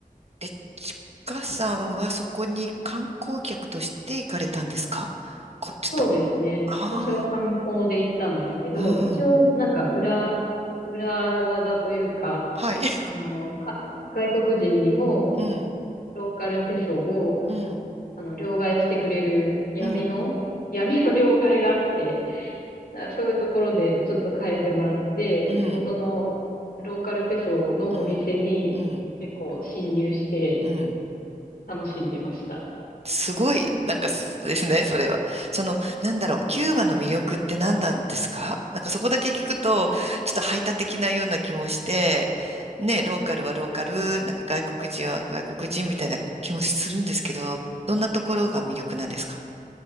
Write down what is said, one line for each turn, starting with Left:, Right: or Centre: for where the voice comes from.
Right: え、ちかさんはそこに観光客として行かれたんですかこ、ちょっと。
Left: そうですね。
Right: あ
Left: 私は観光で行ったんですけど、
Right: あ、
Left: 一応なんか裏、
Right: うん。
Left: 裏技というか、
Right: はい。<laughs>
Left: あの、か、外国人にも
Right: うん、
Left: ローカルペソを、
Right: うん、
Left: あの、両替してくれる闇の、
Right: うん、
Left: 闇の両替があって、なんかそういうところでちょっと変えてもらって、
Right: うん、
Left: 地元のローカルペソのお店に結構侵入して、
Right: うん、うん、うん。
Left: 楽しんでました。
Right: すごい、なんかすですね、それは。その、なんだろう、キューバの魅力って何なんですかなんかそこだけ聞くと、ちょっと排他的なような気もして、ね、ローカルはローカル、なんか外国人は外国人みたいな気もするんですけど、どんなところが魅力なんですか